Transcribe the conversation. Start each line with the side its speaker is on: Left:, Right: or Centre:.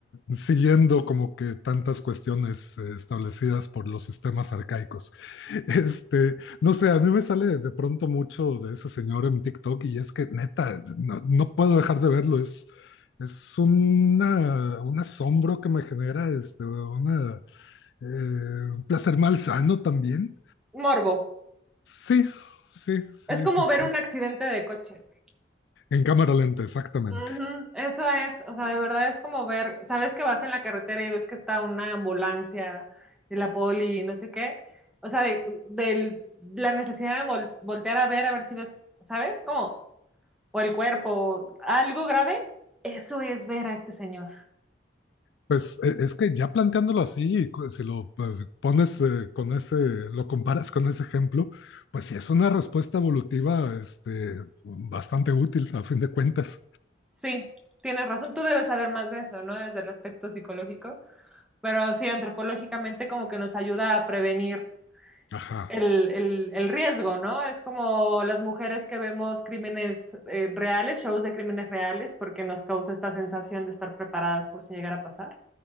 Left: siguiendo como que tantas cuestiones eh, establecidas por los sistemas arcaicos? <laughs> Este, no sé, a mí me sale de pronto mucho de ese señor en TikTok y es que neta, no, no puedo dejar de verlo. Es, es una, un asombro que me genera, este, una, eh, un placer malsano también.
Centre: Morbo.
Left: Sí, sí,
Centre: Es
Left: sí,
Centre: como
Left: sí, sí.
Centre: ver un accidente de coche. güey.
Left: En cámara lenta, exactamente.
Centre: Ujú, Eso es, o sea, de verdad es como ver, sabes que vas en la carretera y ves que está una ambulancia y la poli y no sé qué. O sea, de, del- la necesidad de vol- voltear a ver, a ver si ves, ¿sabes? Como, o el cuerpo, algo grave. Eso es ver a este señor.
Left: Pues e- es que ya planteándolo así, cu- si lo pues, pones eh, con ese, lo comparas con ese ejemplo, pues sí es una respuesta evolutiva, este, bastante útil a fin de cuentas.
Centre: Sí, tienes razón. Tú debes saber más de eso, ¿no? Desde el aspecto psicológico. Pero sí, antropológicamente como que nos ayuda a prevenir.
Left: Ajá.
Centre: el, el- el riesgo, ¿no? Es como las mujeres que vemos crímenes eh, reales, shows de crímenes reales, porque nos causa esta sensación de estar preparadas por si llegara a pasar.